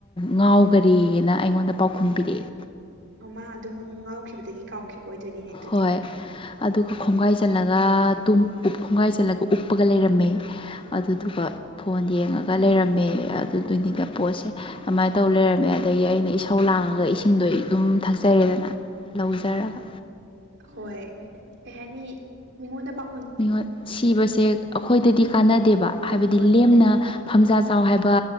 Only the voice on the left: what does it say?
ꯉꯥꯎꯈꯔꯦꯅ ꯑꯩꯉꯣꯟꯗ ꯄꯥꯎꯈꯨꯝ ꯄꯤꯔꯛꯑꯦ
ꯍꯣꯏ ꯑꯗꯨꯒ ꯈꯣꯡꯒꯥꯏ ꯆꯜꯂꯒ ꯇꯨꯝ ꯈꯣꯡꯒꯥꯏ ꯆꯜꯂꯒ ꯎꯞꯄꯒ ꯂꯩꯔꯝꯃꯦ ꯑꯗꯨꯗꯨꯒ
ꯐꯣꯟ ꯌꯦꯡꯉꯒ ꯂꯩꯔꯝꯃꯦ ꯑꯗꯨꯗꯨꯅꯤꯗ
ꯄꯣꯠꯁꯦ ꯑꯃꯥꯏꯅ ꯇꯧ ꯂꯩꯔꯝꯃꯦ ꯑꯗꯒꯤ ꯑꯩꯅ ꯏꯁꯧ ꯂꯥꯡꯉꯒ ꯏꯁꯤꯡꯗꯣ ꯑꯩ ꯑꯗꯨꯝ ꯊꯛꯆꯔꯦꯗꯅ ꯂꯧꯖꯔꯒ
ꯃꯤꯉꯣꯠ ꯁꯤꯕꯁꯦ ꯑꯩꯈꯣꯏꯗꯗꯤ ꯀꯥꯟꯅꯗꯦꯕ ꯍꯥꯏꯕꯗꯤ
ꯂꯦꯝꯅ
ꯐꯝꯖꯥ ꯆꯥꯎ ꯍꯥꯏꯕ